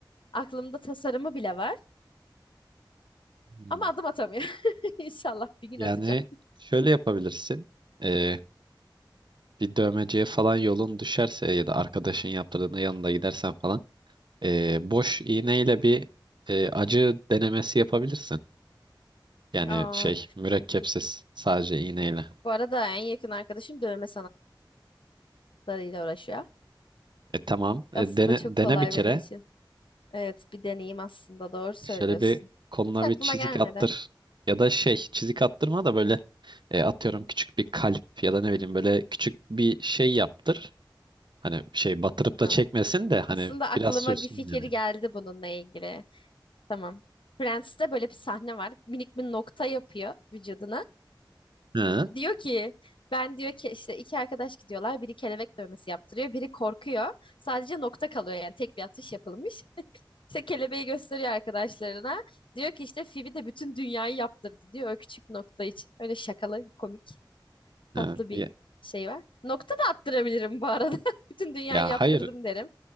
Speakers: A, on the left (about 80°); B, on the right (about 65°).
A: aklımda tasarımı bile var.
B: Hmm.
A: Ama adım atamıyor. <laughs> İnşallah bir gün
B: Yani
A: atacağım.
B: şöyle yapabilirsin. E, bir dövmeciye falan yolun düşerse ya da arkadaşın yaptırdığında yanında gidersen falan e, boş iğneyle bir e, acı denemesi yapabilirsin. Yani
A: Aa,
B: şey mürekkepsiz sadece iğneyle.
A: bu arada en yakın arkadaşım dövme sanatlarıyla uğraşıyor.
B: E tamam e,
A: Aslında
B: dene,
A: çok
B: dene
A: kolay
B: bir kere
A: benim için. Evet, bir deneyim aslında. Doğru söylüyorsun.
B: şöyle bir koluna
A: Hiç aklıma
B: bir çizik
A: gelmedi.
B: attır. Ya da şey çizik attırma da böyle e, atıyorum küçük bir kalp ya da ne bileyim böyle küçük bir şey yaptır. Hani şey batırıp
A: Tamam.
B: da çekmesin de hani
A: Aslında aklıma
B: biraz sürsün
A: bir fikir
B: yani.
A: geldi bununla ilgili. Tamam. Friends'te böyle bir sahne var. Minik bir nokta yapıyor vücuduna.
B: Hı.
A: Diyor ki ben diyor ki işte iki arkadaş gidiyorlar. Biri kelebek dövmesi yaptırıyor. Biri korkuyor. Sadece nokta kalıyor yani tek bir atış yapılmış. İşte kelebeği gösteriyor arkadaşlarına. Diyor ki işte Phoebe de bütün dünyayı yaptırdı diyor o küçük nokta için. Öyle şakalı, komik,
B: Hı.
A: tatlı bir
B: Ya,
A: şey var. Nokta da attırabilirim bu arada. <laughs> Bütün dünyayı
B: ya
A: yaptırdım
B: hayır
A: derim.